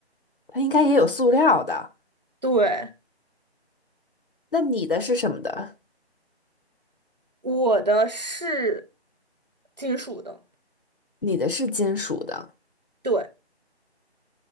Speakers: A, on the left; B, on the right.
A: 它应该也有塑料的。
B: 对，
A: 那你的是什么的？
B: 我的是金属的。
A: 你的是金属的，
B: 对